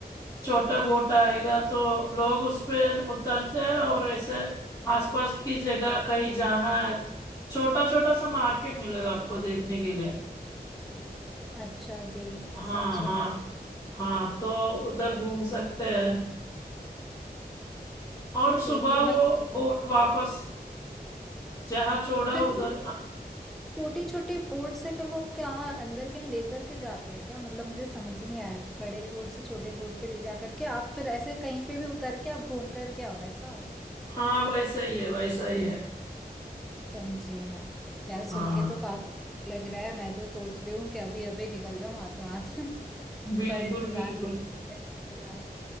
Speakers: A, on the left; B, in the centre.
A: छोटा बोट आएगा तो लोग उस पे उतरते हैं और ऐसे आसपास की जगह कहीं जाना है छोटा छोटा सा मार्केट मिलेगा आपको देखने के लिए
B: अच्छा जी
A: हाँ
B: समझी
A: हाँ
B: मैं
A: हाँ तो उधर घूम सकते हैं और सुबह
B: ठीक है मतलब
A: वो बोट वापस जहाँ छोड़ा
B: फिर
A: उधर
B: वो छोटी छोटी बोर्ड से फिर वो क्या अंदर कहीं लेकर के जाते हैं क्या मतलब मुझे समझ नहीं आया बड़े बोर्ड से छोटे बोर्ड पे ले जा करके आप फिर ऐसे कहीं पे भी उतर के आप घूम करके आओ ऐसा
A: हाँ वैसा ही है वैसा ही है
B: समझी मैं यार सुन
A: हाँ
B: के तो काफी अच्छा लग रहा है मैं तो सोच रही हूँ कि अभी अभी निकल जाऊं हाथों हाथ <laughs>
A: बिल्कुल
B: पर इंतजार
A: बिल्कुल
B: पड़ेगा थोड़ा